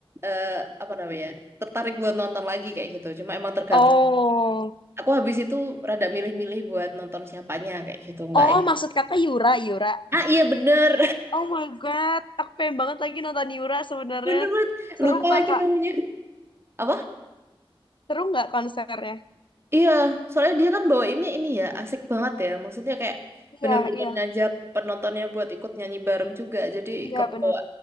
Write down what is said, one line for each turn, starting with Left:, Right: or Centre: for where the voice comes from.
Right: eh, apa namanya? tertarik buat nonton lagi kayak gitu. Cuma emang tergantung.
Left: Oh,
Right: Aku habis itu rada milih-milih buat nonton siapanya kayak gitu, enggak.
Left: oh
Right: ya.
Left: maksud kakak Yura, Yura.
Right: Ah iya bener,
Left: Oh my God, aku pengen banget lagi nonton Yura
Right: <laughs>
Left: sebenarnya.
Right: bener banget.
Left: Seru
Right: Lupa
Left: nggak
Right: lagi
Left: Kak?
Right: namanya. Apa?
Left: Seru nggak konsernya?
Right: Iya, soalnya dia kan bawainnya ini ya, asik banget ya. Maksudnya kayak
Left: Iya,
Right: bener-bener
Left: iya,
Right: ngajak penontonnya buat ikut nyanyi bareng juga. Jadi
Left: iya
Right: kebawa
Left: bener.